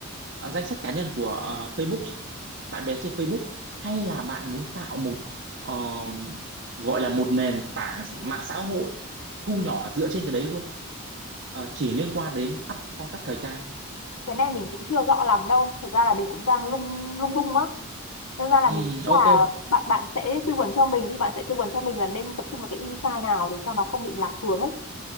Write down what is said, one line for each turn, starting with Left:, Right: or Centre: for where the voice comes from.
Right: ờ, danh sách cá nhân của ờ, Facebook bạn bè trên Facebook hay là bạn muốn tạo một ờ, gọi là một nền tảng mạng xã hội thu nhỏ dựa trên cái đấy luôn Ờ, chỉ liên quan đến up phong cách thời trang
Left: cái này mình cũng chưa rõ lắm đâu thật ra là mình cũng đang lung lung lung á nên ra là
Right: Ừm,
Left: mình nghĩ là
Right: ok
Left: bạn bạn sẽ tư vấn cho mình đi bạn sẽ tư vấn cho mình là nên tập trung vào cái insight nào để cho nó không bị lạc hướng ấy